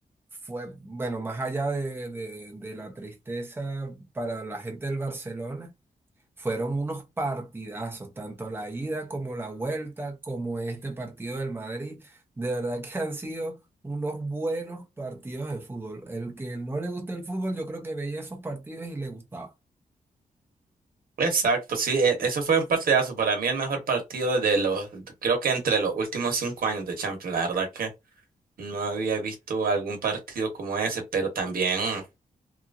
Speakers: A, on the right; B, on the right.
A: fue, bueno, más allá de, de- de la tristeza para la gente del Barcelona, fueron unos partidazos, tanto la ida como la vuelta, como este partido del Madrid. De verdad que han sido unos buenos partidos de fútbol. El que no le gusta el fútbol, yo creo que veía esos partidos y le gustaba.
B: Exacto, sí, e- eso fue un partidazo. Para mí el mejor partido de los, creo que entre los últimos cinco años de Champions. La verdad que no había visto algún partido como ese, pero también